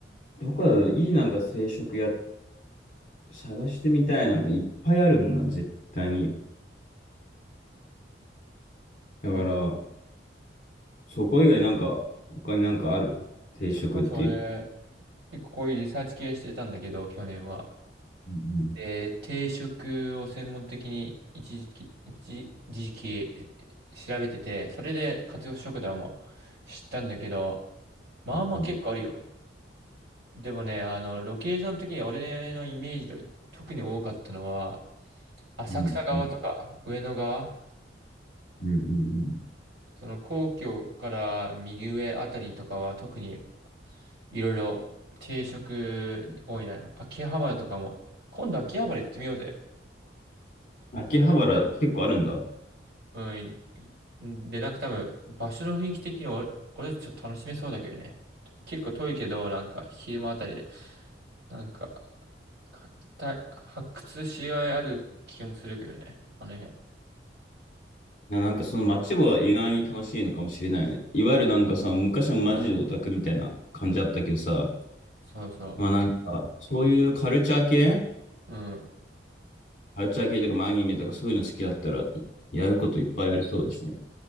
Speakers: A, on the left; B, on the right.
A: どこだろう、いいなんか定食屋探してみたいなみたいな、いっぱいあるもんな、絶対に。だから、
B: え、
A: そこ以外なんか、他になんかある定食っていう。
B: それこそ俺、結構こういうリサーチ系してたんだけど、去年は。
A: うん
B: で、定食を専門的に一時期、一時期調べてて、それで活用食堂も知ったんだけど、まあまあ結構あるよ。
A: うん
B: でもね、あの、ロケーション的に俺のイメージで特に多かったのは、浅草側とか上野側、
A: うんうんうんうんうん
B: その皇居から右上あたりとかは特にいろいろ定食多いな。秋葉原とかも。今度秋葉原行ってみようぜ。
A: 秋葉原結構あるんだ。
B: うん。いで、なんか多分場所の雰囲気的に俺、俺ちょっと楽しめそうだけどね。結構遠いけど、なんか昼間あたりで、なんか、かた発掘しがいある気もするけどね。あの辺。
A: な、なんかその街は意外に楽しいのかもしれないよね。いわゆるなんかさ、昔はマジでオタクみたいな感じあったけどさ、
B: そうそう。
A: まあなんか、そういうカルチャー系
B: うん、
A: カルチャー系とかアニメとかそういうの好きだったら、いやることいっぱいありそうですね。